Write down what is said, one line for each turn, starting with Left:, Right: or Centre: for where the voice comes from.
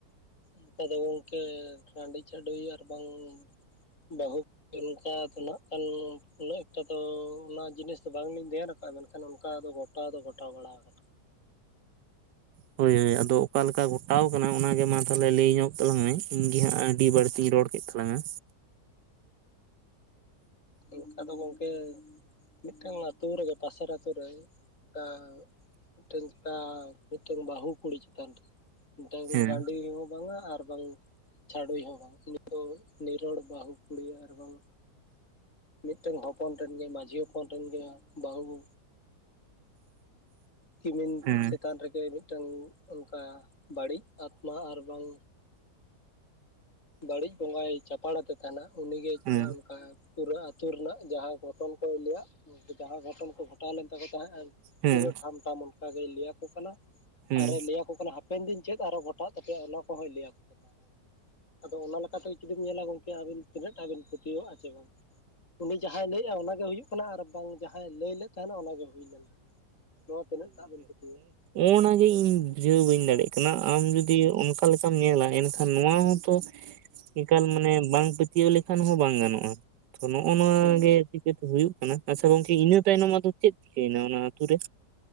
Left: ᱚᱱᱠᱟ ᱫᱚ ᱜᱚᱝᱠᱮ ᱦᱟᱟᱺᱰᱤ ᱪᱷᱟᱹᱰᱳ ᱟᱨ ᱵᱟᱝᱟᱝ ᱵᱟᱹᱦᱩ ᱚᱱᱠᱟ ᱫᱚ ᱱᱟᱜ ᱠᱷᱟᱱ ᱩᱱᱟᱹᱜ ᱮᱠᱴᱟ ᱫᱚ ᱚᱱᱟ ᱡᱤᱱᱤᱥ ᱫᱚ ᱵᱟᱝᱞᱤᱧ ᱫᱷᱮᱭᱟᱱ ᱟᱠᱟᱜᱼᱟ ᱢᱮᱱᱠᱷᱟᱱ ᱚᱱᱠᱟ ᱫᱚ ᱜᱷᱚᱴᱟᱣ ᱫᱚ ᱜᱷᱚᱴᱟᱣ ᱵᱟᱲᱟ ᱠᱟᱱᱟ
Right: ᱦᱳᱭ ᱦᱳᱭ ᱟᱫᱚ ᱟᱠᱟᱞᱮᱠᱟ ᱜᱷᱚᱴᱟᱣ ᱟᱠᱟᱱᱟ? ᱚᱱᱟᱜᱮ ᱢᱟ ᱛᱟᱦᱚᱞᱮ ᱞᱟᱹᱭ ᱧᱚᱜ ᱛᱟᱞᱟᱝ ᱢᱮ ᱤᱧ ᱜᱮ ᱦᱟᱸᱜ ᱟᱹᱰᱤ ᱵᱟᱹᱲᱛᱤᱧ ᱨᱚᱲ ᱠᱮᱫ ᱛᱟᱞᱟᱝᱟ
Left: ᱚᱱᱠᱟ ᱫᱚ ᱜᱚᱝᱠᱮ ᱢᱤᱫᱴᱟᱝ ᱟᱹᱛᱩᱳ ᱨᱮᱜᱮ ᱯᱟᱥᱮᱨ ᱟᱛᱳ ᱨᱮ ᱠᱟ ᱢᱮᱫᱴᱮᱱ ᱚᱠᱟ ᱢᱮᱴᱮᱱ ᱵᱟᱹᱦᱩ ᱠᱩᱲᱤ ᱪᱮᱛᱟᱱ ᱨᱮ ᱢᱤᱫᱴᱟᱝ
Right: ᱦᱮᱸ
Left: ᱨᱟᱹᱰᱤ ᱵᱟᱝᱢᱟ ᱟᱨ ᱵᱟᱝ ᱪᱷᱟᱰᱣᱤᱭ ᱦᱚᱸ ᱵᱟᱝ ᱩᱱᱤ ᱫᱚ ᱱᱤᱨᱚᱲ ᱵᱟᱹᱦᱩ ᱠᱩᱲᱤ ᱟᱨ ᱵᱟᱝ ᱢᱤᱫᱴᱮᱱ ᱦᱚᱯᱚᱱ ᱨᱮᱱ ᱜᱮ ᱢᱟᱹᱡᱷᱤ ᱦᱚᱯᱚᱱ ᱨᱮᱱ ᱜᱮ ᱵᱟᱹᱦᱩ ᱠᱤᱢᱤᱱ
Right: ᱦᱮᱸ
Left: ᱪᱮᱛᱟᱱ ᱨᱮᱜᱮ ᱴᱟᱝ ᱚᱝᱠᱟ ᱵᱟᱹᱲᱤᱡ ᱟᱛᱢᱟ ᱟᱨ ᱵᱟᱝ ᱵᱟᱹᱲᱤᱡ ᱵᱚᱸᱜᱟᱭ ᱪᱟᱯᱟᱟᱲ ᱟᱫᱮ ᱛᱟᱦᱮᱱᱟ ᱩᱱᱤᱜᱮ ᱪᱮᱛᱟᱱ
Right: ᱦᱮᱸ
Left: ᱚᱱᱠᱟ ᱯᱩᱨᱟᱹ ᱟᱹᱛᱩ ᱨᱮᱱᱟᱜ ᱡᱟᱦᱟᱸ ᱜᱷᱚᱴᱚᱱ ᱠᱚ ᱞᱭᱟᱹᱭᱟ ᱡᱟᱦᱟᱸ ᱜᱷᱚᱴᱚᱱ ᱠᱚ ᱜᱷᱚᱴᱟᱣ ᱞᱮᱱ ᱛᱟᱠᱚ ᱛᱟᱦᱮᱸᱫ
Right: ᱦᱮᱸ
Left: ᱯᱩᱨᱟᱹ ᱴᱷᱟᱢ ᱴᱷᱟᱢ ᱚᱱᱠᱟᱜᱮ ᱞᱟᱹᱭᱟᱠᱚ ᱠᱟᱱᱟ
Right: ᱦᱮᱸ
Left: ᱟᱨᱮ ᱞᱟᱹᱭᱟᱠᱚ ᱠᱟᱱᱟ ᱦᱟᱯᱮᱱ ᱫᱤᱱ ᱪᱮᱫ ᱟᱨᱚ ᱜᱚᱴᱟᱜ ᱛᱟᱯᱮᱭᱟ ᱚᱱᱟ ᱠᱚᱦᱭ ᱞᱟᱹᱭᱟ <unintelligible> ᱟᱫᱚ ᱚᱱᱟ ᱞᱮᱠᱟᱛᱮ ᱡᱩᱫᱤᱢ ᱧᱮᱞᱟ ᱜᱚᱝᱠᱮ ᱟᱵᱤᱱ ᱛᱤᱱᱟᱹᱜ ᱴᱟᱜ ᱵᱤᱱ ᱯᱛᱭᱟᱹᱣᱟᱜ ᱟᱜ-ᱟ ᱥᱮ ᱵᱟᱝ? ᱩᱱᱤ ᱡᱟᱦᱟᱸᱟᱭ ᱞᱟᱹᱭᱮᱜᱼᱟ ᱜᱮ ᱦᱩᱭᱩᱜ ᱠᱟᱱᱟ ᱟᱨ ᱵᱟᱝ ᱡᱟᱦᱟᱸᱭ ᱞᱟᱹᱭ ᱞᱮᱫ ᱛᱟᱦᱮᱱᱟ ᱚᱱᱟᱜᱮ ᱦᱩᱭ ᱞᱮᱱᱟ ᱱᱚᱣᱟ ᱛᱤᱱᱟᱹᱜ ᱴᱟᱜ ᱵᱮᱤᱱ ᱯᱟᱹᱛᱤᱭᱚᱜ-ᱟ?
Right: ᱚᱱᱟᱱᱟᱜᱮ ᱤᱧ ᱵᱩᱡᱷᱟᱹᱣ ᱵᱟᱹᱧ ᱫᱟᱲᱮᱭᱟᱜ ᱠᱟᱱᱟ ᱟᱢ ᱡᱩᱫᱤ ᱚᱱᱠᱟ ᱞᱮᱠᱟᱢ ᱧᱮᱞᱟ ᱮᱱᱠᱷᱟᱱ ᱱᱚᱣᱟ ᱦᱚᱸᱛᱚ ᱮᱠᱟᱞ ᱢᱟᱱᱮ ᱵᱟᱝ ᱯᱟᱹᱛᱭᱟᱹᱣ ᱞᱮᱠᱷᱟᱱ ᱦᱚᱸ ᱵᱟᱝ ᱜᱟᱱᱚᱜᱼᱟ ᱛᱚ ᱱᱚᱜᱼᱚ ᱱᱚᱣᱟ
Left: ᱦᱩᱸ
Right: ᱜᱮ ᱪᱤᱠᱟᱹᱛᱮ ᱦᱩᱭᱩᱜ ᱠᱟᱱᱟ ᱟᱪᱪᱷᱟ ᱜᱚᱝᱠᱮ ᱤᱱᱟᱹ ᱛᱟᱭᱱᱚᱢ ᱟᱫᱚ ᱪᱮᱫ ᱪᱤᱠᱟᱹᱭᱮᱱᱟ ᱚᱱᱟ ᱟᱛ ᱨᱮ